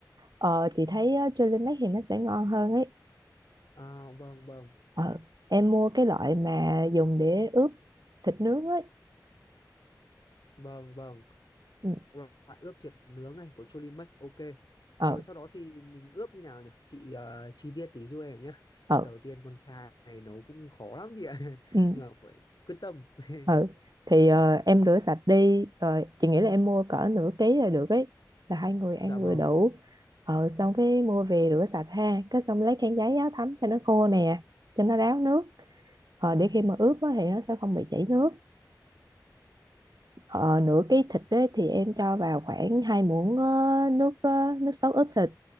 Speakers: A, on the right; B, on the left.
A: ờ, chị thấy á, Jelly Mac thì nó sẽ ngon hơn ấy
B: à vâng vâng
A: ờ, em mua cái loại mà dùng để ướp thịt nướng ấy
B: vâng vâng
A: ừ,
B: loại ướp thịt nướng này của Cholimax ok
A: ờ,
B: rồi sau đó thì mình ướp như nào nhỉ chị ờ, chi tiết tí giúp em nhé
A: ờ,
B: đầu tiên con trai này nấu cũng khó lắm chị ạ <laughs>
A: ừ.
B: nhưng mà phải quyết tâm <laughs>
A: ừ thì ờ, em rửa sạch đi Ờ, chị nghĩ là em mua cỡ nửa ký là được ấy là hai người ăn
B: dạ vâng
A: vừa đủ ờ, xong cái mua về rửa sạch ha cái xong lấy khăn giấy á, thấm cho nó khô nè cho nó ráo nước Ờ, để khi mà ướp á, thì nó sẽ không bị chảy nước Ờ, nửa cái thịt đấy thì em cho vào khoảng hai muỗng ờ, nước ờ, nước sốt ướp thịt